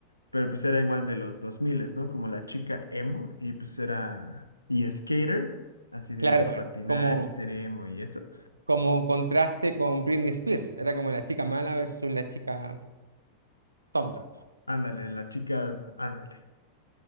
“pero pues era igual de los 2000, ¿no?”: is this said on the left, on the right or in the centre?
Left